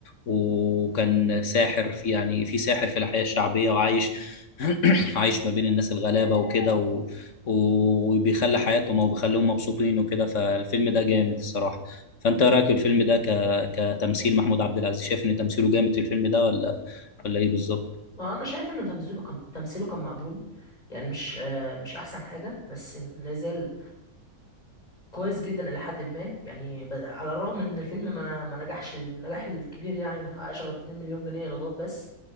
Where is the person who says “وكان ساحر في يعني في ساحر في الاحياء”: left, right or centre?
Left